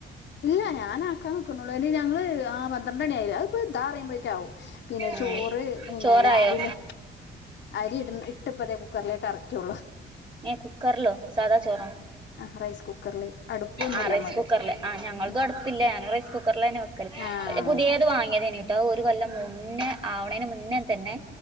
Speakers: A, on the left (about 65°); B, on the right (about 25°).
A: ഇല്ല ഞാനൻ ആക്കാൻ നിക്കക്കുന്നുള്ളൂ ഇനി ഞങ്ങള് ആ പന്ത്രണ്ട മണിയ ആയിലെ അത്പ്പോ ഇതാ അറിയുമ്പോഴേക്ക ആകും പിന്നെ ചോറ്
B: ഏ
A: പിന്നെ
B: ചോറായോ
A: രാവിലെ അരി ഇട ഇട്ടപ്പതേ കുക്കറിലേക്ക് അറക്കുള്ളൂ
B: ഏ കുക്കറ ലോ സാദാ ചോറ
A: ആ റൈസ് കുക്കറില് അടുപ്പൊന്നുമില്ല
B: ആ റൈസ്
A: നമ്മക്ക്
B: കുക്കറില് ആ ഞങ്ങൾക്കും
A: ഉം
B: തടുപ്പല്ല ഞാനും റൈസ് കുക്കറില് തന്നെ വെക്കല്
A: ആഹ്
B: പുതിയ ത് വാങ്ങിയത്ട്ടോ ഒരു കൊല്ലം മുന്നേ ആവണേന് മുന്നേ തന്നെ